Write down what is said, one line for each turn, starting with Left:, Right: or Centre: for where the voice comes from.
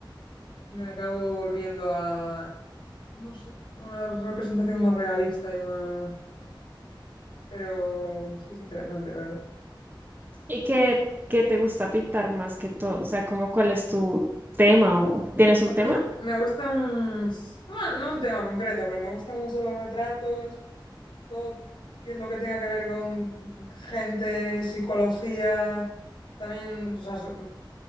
Left: me acabo volviendo a no sé, una representación más realista y más, no sé. Pero sí, es interesante, la verdad.
Right: ¿Y qué, qué te gusta pintar más que todo? O sea, como cuál es tu tema o tienes
Left: Pues
Right: un tema?
Left: me, gu- me gustan, bueno, no un tema concreto, pero me gustan mucho los retratos, todo que lo que tenga que ver con gente, psicología, también, o sea, so-